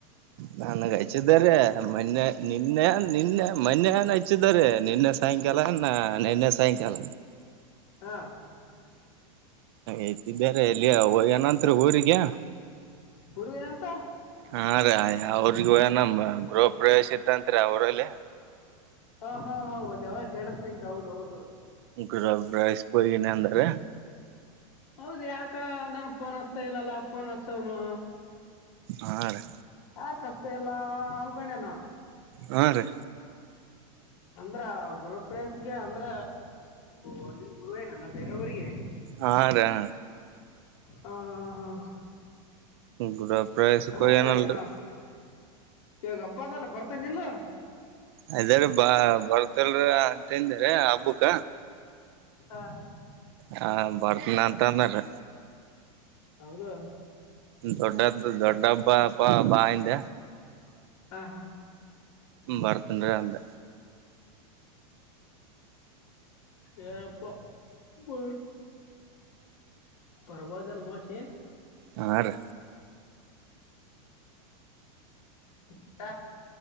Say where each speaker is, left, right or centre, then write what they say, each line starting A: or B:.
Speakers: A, on the right (about 45°); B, on the left (about 80°).
A: ನನ್ಗೆ ಹಚ್ಚಿದ್ದಾರೆ ಮೊನ್ನೆ ನಿನ್ನೆ ನಿನ್ನೆ ಮೊನ್ನೆನ್ ಹಚ್ಚಿದ್ದಾರೆ ನಿನ್ನೆ ಸಾಯಂಕಾಲ ನ ನಿನ್ನೆ ಸಾಯಂಕಾಲ
B: ಹ
A: ಯ್ತಿದ್ದಾರೆ ಎಲ್ಲಿ ಏನಂ ಊರಿಗೆ
B: ಹುರ್ವೇನಂತ
A: ಹಾ ರೀ ಅವ್ರಿಗಏ ನಮ ಗೃಹ ಪ್ರವೇಶ ಇತ್ತಂರಿ ಅವರಲ್ಲಿ
B: ಹಾ ಹಾ ಹ ಒಂದ ಅವಡರ ಹೌದು ಹೌದು
A: ಗಬ್ಬ್ರ ಇಸ್ಕಯಗನ ಅಂದರೆ
B: ಹೌದ್ ಯಾಕ ನಂ ಪೋನ್ ಹಚ್ತಾ ಇಲ್ಲಲ್ಲ ಪೋನ್ ಹಚ್ಚವ್ನು
A: ಹಾ ರೀ
B: ಯಾಕ ಅಷ್ಟ ಎಲ್ಲಾ ಅನ್ಕೊಂಡೆನಾ
A: ಹಾ ರೀ
B: ಅಂದ್ರ ಗುರುಪಯಸ್ಗೆ ಅಂದ್ರ ಅಲ್ಲಿ ಊೇನಾನ ಬೇರೆ ಊರಿಗೆ
A: ಹಾ ರ ಹ
B: ಹಾ ಹಾ ಹಾ ಹಾ
A: ಗೃಹ ಪ್ರವೇಶಕ್
B: ಅಂದ್ರೆ
A: ಹೋಗ್ಯನಲ್ರಿ
B: ಇವಾಗನ ಇವಾಗ ಹಬ್ಬದಲ್ಲ ಬರ್ತನೆ ನಿಲ್ಲ
A: ಅದಾರ ಬಾ ಬರ್ತಲ್ರ ಅಂತಂದ್ರ ಹಬ್ಬಕ್ಕ
B: ಹಾ
A: ಹ ಬರ್ತನ ಅಂತ ಅಂದ್ರ
B: ಹೌದಾ
A: ದೊಡ್ಡ ದೊಡ್ಡ ಬ ಬಾ ಆಿಂದ
B: ಹಾಂ ಹಾಂ
A: ಬರ್ತನ್ರರಿ ಅಮ್ದ
B: ಯಾರಪ್ಪ ಬ ಪರ್ವದನ್ ಮಲಿ
A: ಹಾಂ ರೀ
B: ಊಟ